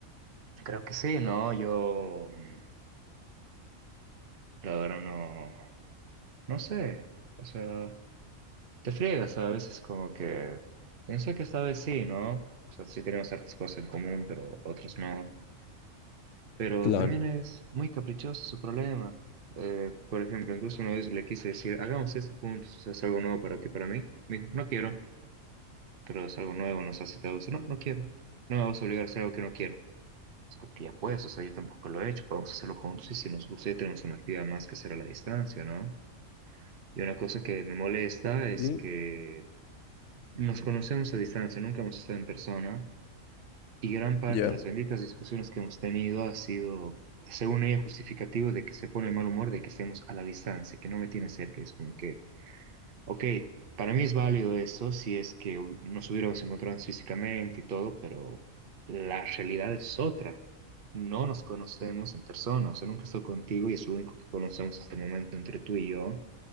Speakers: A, on the right; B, on the left.
A: creo que sí, ¿no? Yo, mm, la verdad, no, no sé, o sea, te friegas a veces como que, pensé que esta vez sí, ¿no? O sea, sí tenemos ciertas cosas en común, pero otras no. Pero
B: Claro.
A: también es muy caprichoso su problema. Eh, por ejemplo, incluso una vez le quise decir, hagamos esto juntos, o sea, es algo nuevo para ti, para mí. Me dijo, no quiero, pero es algo nuevo, nos hace todo eso. No, no quiero. No me vas a obligar a hacer algo que no quiero. Es como que ya puedes, o sea, yo tampoco lo he hecho, podemos hacerlo juntos y si nos gusta ya tenemos una actividad más que hacer a la distancia, ¿no? Y una cosa que me molesta es
B: Sí,
A: que nos conocemos a distancia, nunca hemos estado en persona. Y gran parte
B: ya.
A: de las benditas discusiones que hemos tenido ha sido, según ella, justificativo de que se pone de mal humor, de que estemos a la distancia, que no me tiene cerca. Es como que, ok, para mí es válido eso si es que hu- nos hubiéramos encontrado físicamente y todo, pero la realidad es otra. No nos conocemos en persona, o sea, nunca estoy contigo y es lo único que conocemos hasta el momento entre tú y yo,